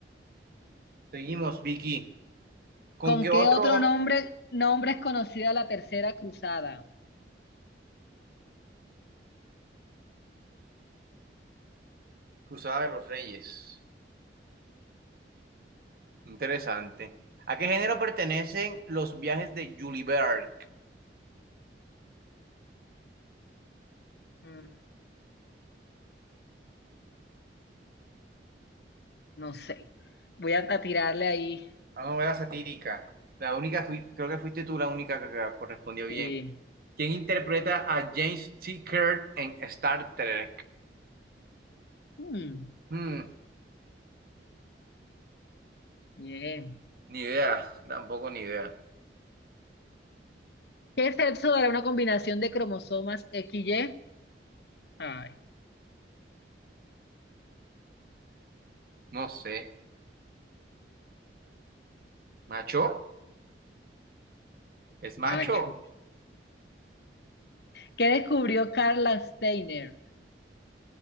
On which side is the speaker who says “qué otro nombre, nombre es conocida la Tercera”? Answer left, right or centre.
Left